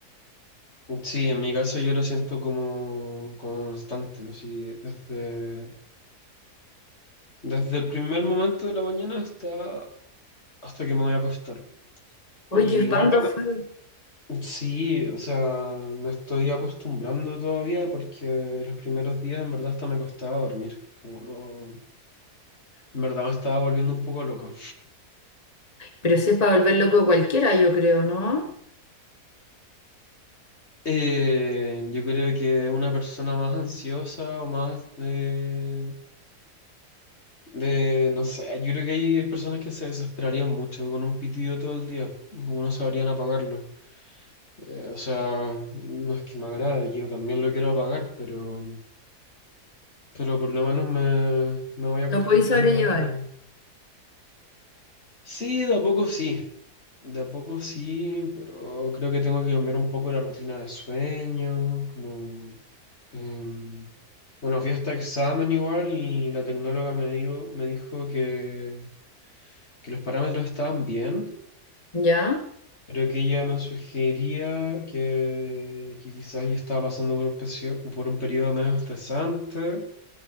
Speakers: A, on the left (about 40°); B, on the left (about 25°).
A: sí, en mi caso yo lo siento como constante, así, desde, desde el primer momento de la mañana hasta, hasta que me voy a acostar. Y
B: Oye, qué espanto
A: igual va
B: fue.
A: Sí, o sea, me estoy acostumbrando todavía porque los primeros días en verdad hasta me costaba dormir, como no, en verdad me estaba volviendo un poco loco.
B: Pero si es para volver loco a cualquiera, yo creo, ¿no?
A: Eh, yo creo que una persona más ansiosa o más de, de, no sé, yo creo que hay personas que se desesperarían mucho con un pitido todo el día, como no sabrían apagarlo. Eh, o sea, no es que me agrade, yo también lo quiero apagar, pero, pero por lo menos me, me voy acostumbrando.
B: Lo podéis sobrellevar.
A: Sí, de a poco sí, de a poco sí, pero creo que tengo que cambiar un poco la rutina de sueño, como... em, bueno, fui a este examen igual y la tecnóloga me dijo, me dijo que, que los parámetros estaban bien,
B: ¿Ya?
A: pero que ella me sugería que, que quizás yo estaba pasando por un, pecio- por un periodo medio estresante